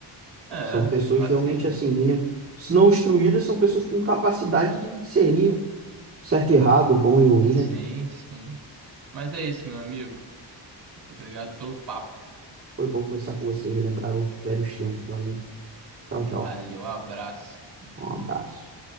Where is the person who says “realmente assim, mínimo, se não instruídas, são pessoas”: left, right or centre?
Right